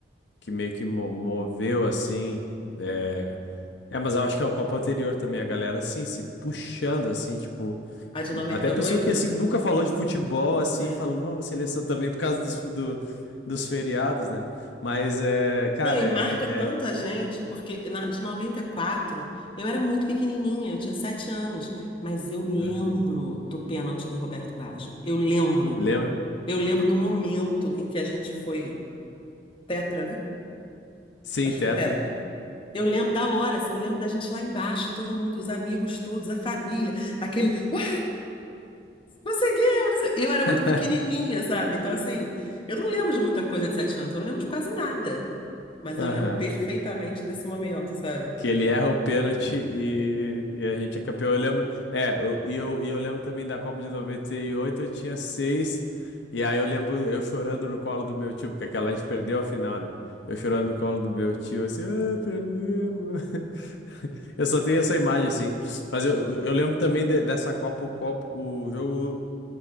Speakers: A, on the left; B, on the left.
A: que meio que mo- moveu assim. É... é, mas eu acho que é a Copa anterior também, a galera assim, se puxando assim, tipo.
B: a de noventa
A: Até
B: e
A: pessoa
B: oito
A: que assim nunca falou de futebol assim,
B: sim.
A: falando, vamos, seleção também por causa dos, do- dos feriados, né? Mas é, cara,
B: Não, e
A: é.
B: marca tanto a gente,
A: é, é- é-
B: porque na, de 94 eu era muito pequenininha, eu tinha sete anos, mas eu lembro
A: Aham.
B: do pênalti do Roberto Baggio. Eu lembro.
A: Lembra?
B: Eu lembro do momento em que a gente foi tetra, né?
A: Sim,
B: Acho
A: Tetra.
B: que foi tetra. Eu lembro da hora, assim, eu lembro da gente lá embaixo, todo mundo, os amigos todos, a família, aquele, uai, conseguiu! não sei- Eu era muito
A: <laughs>
B: pequenininha, sabe? Então, assim, eu não lembro de muita coisa de sete anos, eu não lembro de quase nada, mas
A: Aham.
B: eu lembro perfeitamente desse momento, sabe?
A: Que ele erra o pênalti e, e a gente é campeão. Eu lembro. É, eu- e eu, e eu lembro também da Copa de 98. eu tinha seis. E aí eu lembro eu chorando no colo do meu tio, porque aquela a gente perdeu a final, né? Eu chorando no colo do meu tio, assim, ah, perdemos. <laughs> Eu só tenho essa imagem, assim. Mas eu, eu eu lembro também de- dessa Copa, o, copo, o jogo